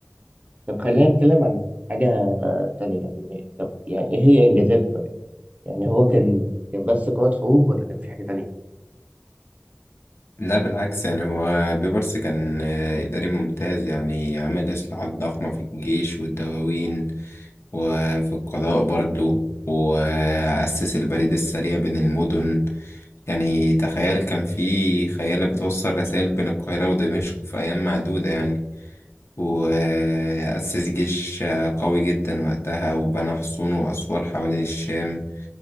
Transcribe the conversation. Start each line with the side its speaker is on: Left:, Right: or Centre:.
Right: طب خلينا نتكلم عن حاجة تانية يعني طب يعني إيه هي إنجازاته طيب؟ يعني هو كان كان بس قائد حروب ولا كان في حاجة تانية؟
Left: لا بالعكس يعني هو بيبرس كان آه، إداري ممتاز يعني عمل إصلاحات ضخمة في الجيش والدواوين وفي القضاء برضو وأسس البريد السريع بين المدن يعني تخيل كان في خيالة بتوصل رسائل بين القاهرة ودمشق في أيام معدودة يعني وأسس جيش قوي جدا وقتها وبنى حصون وأسوار حوالين الشام